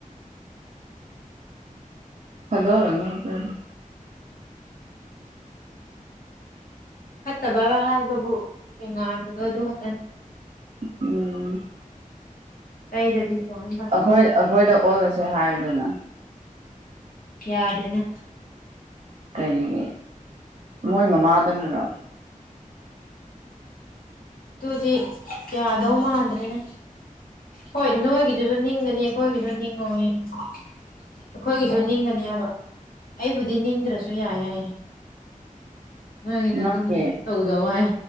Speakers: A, on the right (about 50°); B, on the left (about 85°).
A: ꯑꯗꯣ ꯑꯣꯏꯔ ꯅ ꯇ꯭ꯔ <unintelligible>
B: ꯐꯠꯇꯕ ꯍꯥꯏꯕꯕꯨꯉꯥꯟꯕꯗꯣ ꯑꯗꯨ ꯈꯛꯇꯅꯤ
A: ꯎꯝ
B: ꯑꯇꯩꯗꯗꯤ ꯂꯣꯏ ꯐꯩ
A: ꯑꯩꯈꯣꯏ ꯑꯩꯈꯣꯏꯗ ꯑꯣꯜꯂꯁꯦ ꯍꯥꯏꯌꯨꯗꯅ
B: ꯌꯥꯗꯦꯅ
A: ꯀꯩꯒꯤ ꯃꯣꯏ ꯃꯃꯥꯗꯪ ꯅꯔꯣ
B: ꯑꯗꯨꯗꯤ ꯌꯥꯗꯧ ꯃꯥꯟꯗ꯭ꯔꯦꯅꯦ ꯍꯣꯏ ꯅꯣꯏꯒꯤꯗꯨꯁꯨ ꯅꯤꯡꯒꯅꯤ ꯑꯩꯈꯣꯏꯒꯤꯁꯨ ꯅꯤꯡꯉꯣ ꯌꯦ ꯑꯩꯈꯣꯏꯒꯤꯁꯨ ꯅꯤꯡꯒꯅꯤ ꯍꯥꯏꯕ ꯑꯩꯕꯨꯗꯤ ꯅꯤꯡꯗ꯭ꯔꯁꯨ ꯌꯥꯏ ꯍꯥꯏ ꯅꯣꯏꯒꯤꯗꯣ
A: ꯅꯪꯒꯤ
B: ꯑꯗꯨꯝ ꯇꯧꯖꯧ ꯍꯥꯏ